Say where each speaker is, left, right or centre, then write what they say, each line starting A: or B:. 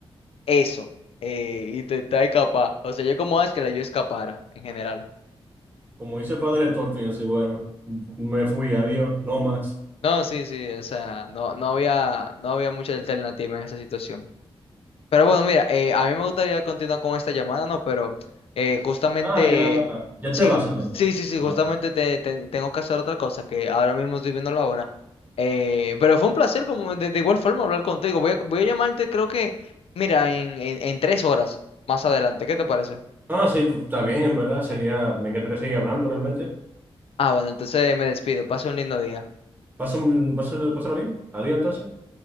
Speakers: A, on the left; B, on the right.
A: Eso, eh, intentar escapar. O sea, yo como es que la yo escapara en general.
B: Como dice el padre de Thorfinn, así, bueno, me fui, adiós, no más.
A: No, sí, sí, o sea, no, no había, no había mucha alternativa en esa situación. Pero bueno, mira, eh, a mí me gustaría continuar con esta llamada, ¿no? Pero eh, justamente,
B: Ah, ya, ya
A: sí,
B: te vas entonces.
A: sí, sí, sí, justamente
B: Ah,
A: te, te- tengo que hacer otra cosa, que ahora mismo estoy viendo la hora. Eh, pero fue un placer, como de, de igual forma, hablar contigo. Voy a, voy a llamarte, creo que, mira, en, en en tres horas más adelante. ¿Qué te parece?
B: Ah, sí, pues, está bien, en verdad. Sería, me encantaría seguir hablando realmente.
A: Ah, bueno, entonces me despido. Pase un lindo día.
B: Pásalo, pásalo, pásalo bien. Adiós entonces.